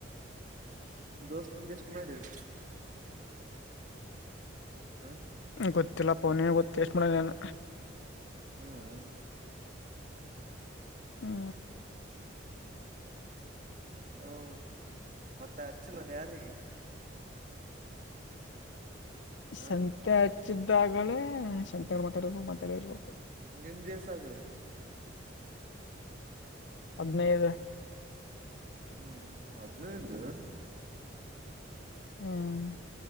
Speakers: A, on the right; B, on the left.
A: ದೋಸ್ತಂದ ಎಷ್ಟು ಮಾಡರಿ ಹಾ
B: ಗೊತ್ತಿಲ್ಲಪ್ಪ ನೀ ಗೊತ್ತ ಎಷ್ಟು ಮಾಡನ್
A: ಹ್ಮ್
B: ಹ್ಮ
A: ಹ ಮತ್ತೆ ಹಚ್ಚಿಲ್ಲದೆ ಯಾರಿಗೆ ಹ
B: ಸಂತೆ ಹಚ್ಚಿದ್ದಾಗಲೇ ಸಂತೆ ಮಾತಾ ಇರ್ಬೇಕು ಮಾತಲ್ಲ ಇರ್ಬೇಕು
A: ನಿಂದಿ ಸಾಗಯ
B: ಹದಿನೈದು
A: ಹ್ಮ್ ಹದ್ನೂಯ್ದ
B: ಹ್ಮ್